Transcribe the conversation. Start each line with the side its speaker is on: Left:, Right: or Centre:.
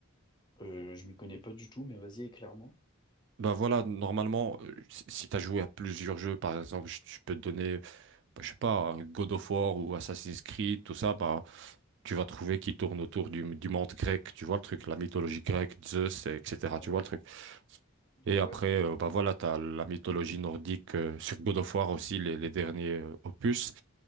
Left: Euh, je m'y connais pas du tout, mais vas-y, éclaire-moi.
Right: Bah voilà, normalement, euh, si si t'as joué à plusieurs jeux, par exemple, je, je peux te donner, bah, je sais pas, un God of War ou Assassin's Creed, tout ça, bah tu vas trouver qui tourne autour du, du monde grec, tu vois le truc, la mythologie grecque, Zeus, et- etc.
Left: Ouais.
Right: Tu vois le truc. Et
Left: Ouais.
Right: après, euh, bah voilà, t'as la mythologie nordique euh, sur God of War aussi, les, les derniers euh, opus.